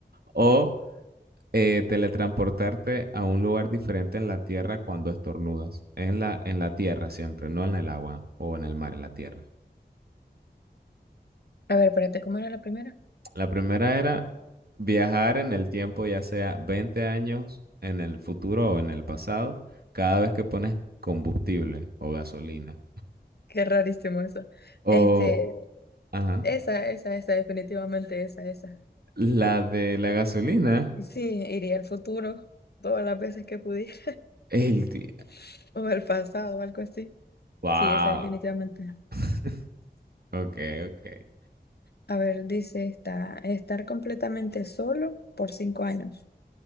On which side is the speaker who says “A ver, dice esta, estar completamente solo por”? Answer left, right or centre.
Left